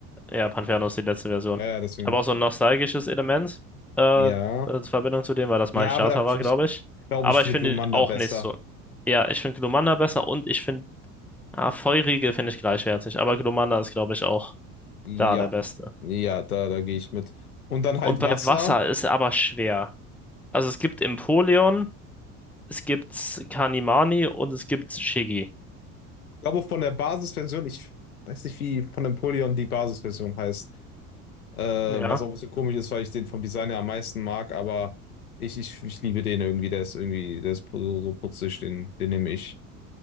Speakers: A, in the centre; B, on the left (about 85°).
A: ja, Panferno ist die letzte Version.
B: Ja, ja, deswegen.
A: Ich habe auch so ein nostalgisches Element äh,
B: Ja.
A: in Verbindung zu dem, weil das
B: Ja,
A: mein Starter
B: aber da,
A: war,
B: ich
A: glaube ich.
B: glaube,
A: Aber
B: ich finde
A: ich finde
B: Glumanda
A: ihn auch
B: besser.
A: nicht so. Ja, ich finde Glumanda besser und ich finde, ah, Feurige finde ich gleichwertig. Aber Glumanda ist, glaube ich, auch
B: Ja.
A: da der Beste.
B: Ja, da, da gehe ich mit. Und dann halt
A: Und bei
B: Wasser.
A: Wasser ist er aber schwer. Also es gibt Empoleon, es gibt Kanimani und es gibt Shiggy.
B: Ich glaube, von der Basisversion, ich weiß nicht, wie von Napoleon die Basisversion heißt. Äh,
A: Ja.
B: was auch ein bisschen komisch ist, weil ich den vom Design her am meisten mag, aber ich, ich, ich liebe den irgendwie. Der ist irgendwie, der ist so so putzig, den, den nehme ich.